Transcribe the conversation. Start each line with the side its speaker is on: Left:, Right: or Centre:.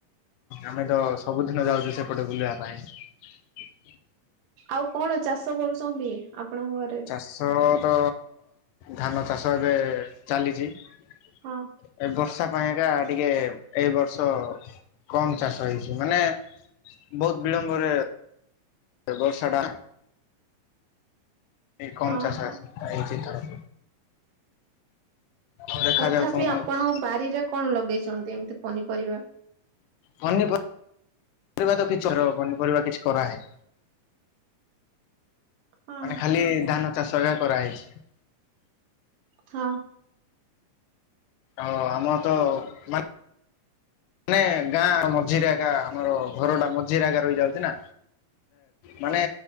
Left: ଆମେ ତ ସବୁଦିନ ଯାଉଛୁ ସେପଟେ ବୁଲିବା ପାଇଁ।
Right: ଆଉ କଣ ଚାଷ କରୁଛନ୍ତି। ଆପଣଙ୍କ ଘରେ
Left: ଚାଷ ତ ଧାନ ଚାଷ ଏବେ ଚାଲିଛି। ଏ
Right: ହଁ
Left: ବର୍ଷ। ଚାଷ ପାଇଁକା ଟିକେ ଏଇ ବର୍ଷ କମ ଚାଷ ହେଇଛି ମାନେ ବହୁତ ବିଳମ୍ବରେ ବର୍ଷା ଟା କମ୍
Right: ହଁ
Left: ଚାଷ
Right: ହଁ
Left: ହେଇଛି ଏଥର। ଆଉ ଦେଖାଯାଉ
Right: ତଥାପି
Left: କଣ
Right: ଆପଣଙ୍କ
Left: ହଉଛି
Right: ବାରିରେ କଣ ଲଗେଇଛନ୍ତି ଏମିତି ପନିପରିବା।
Left: ପନି ପରିବା ତ କିଛି ପନିପରିବା କିଛି କରାହେ
Right: ହଁ
Left: ମାନେ ଖାଲି
Right: ହଁ
Left: ଧାନ ଚାଷା କରାହେଇଛି।
Right: ହଁ।
Left: ହ ଆମ ତ ମାନେ ମାନେ ଗାଁ ମଝିରେ ଆଗା ଆମର ଘର ଟା ମଝିରେ ଆଗା ରହିଯାଉଛି ନା। ମାନେ